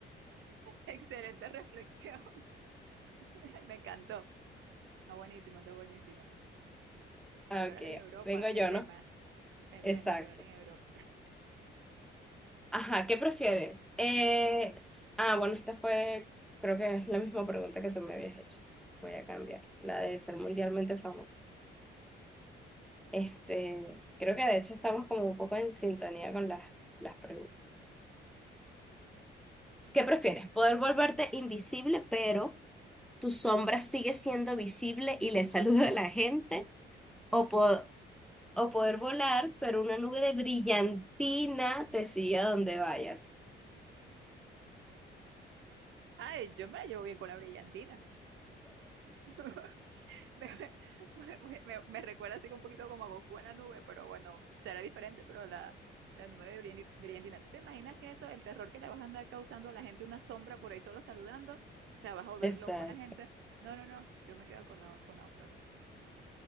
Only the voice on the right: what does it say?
Excelente reflexión, <laughs> me encantó, está buenísima, está buenísima.
A llorar en Europa,
el lema,
el
lema, llorar en Europa.
Ay, yo me la llevo bien con la brillantina. <laughs> <laughs> Me, me- me- me- recuerda así un poquito como a Goku en la nube, pero bueno, será diferente, pero la, la nube de Brien- Briandina. ¿Tú te imaginas que eso, el terror que le vas a andar causando a la gente, una sombra por ahí solo saludando? O sea, vas a volver
loco a la gente. No, no, no, yo me quedo con la, con la otra cosa.